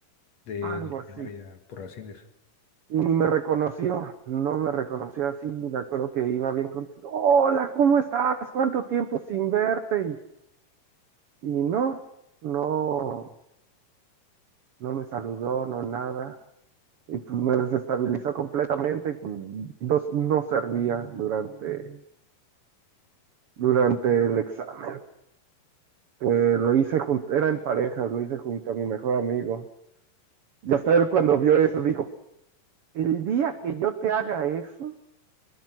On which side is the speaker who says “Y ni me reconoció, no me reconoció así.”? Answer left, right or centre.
Right